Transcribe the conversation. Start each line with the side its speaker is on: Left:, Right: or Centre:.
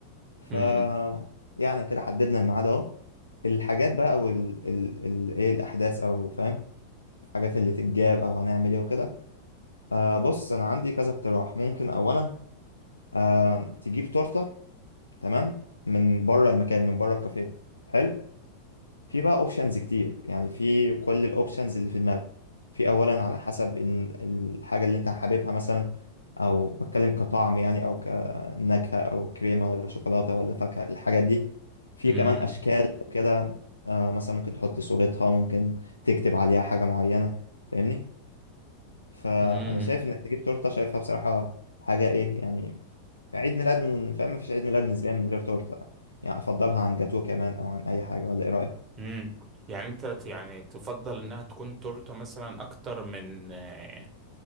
Left: ف
Right: مم.
Left: يعني كده حددنا الميعاد اهو الحاجات بقى او ال ال ال ايه الاحداث او فاهم الحاجات اللي تتجاب او هنعمل ايه وكده آه بص انا عندي كذا اقتراح ممكن اولا آه تجيب تورته تمام من بره المكان من بره الكافيه حلو في بقى اوبشنز كتير يعني في كل الاوبشنز اللي في دماغك في اولا على حسب ان الحاجه اللي انت حاببها مثلا او بتكلم كطعم يعني او كنكهه او كريمه ولا شوكولاته ولا فاكهه الحاجات دي في
Right: مم.
Left: كمان اشكال كده آه مثلا ممكن تحط صورتها ممكن تكتب عليها حاجه معينه فاهمني فانا
Right: امم
Left: شايف انك تجيب تورته شايفها بصراحه حاجه ايه يعني عيد ميلاد من فاهم مفيش عيد ميلاد نسبيا من غير تورته يعني افضلها عن جاتوه كمان او عن اي حاجه ولا ايه رايك
Right: امم يعني انت ت- يعني تفضل انها تكون تورته مثلا اكتر من آه،